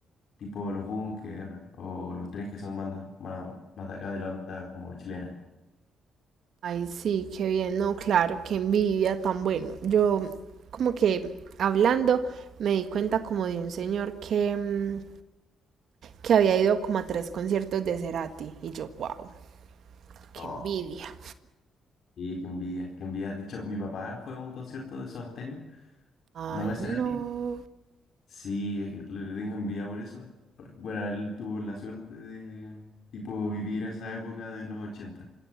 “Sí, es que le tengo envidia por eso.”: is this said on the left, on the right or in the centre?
Left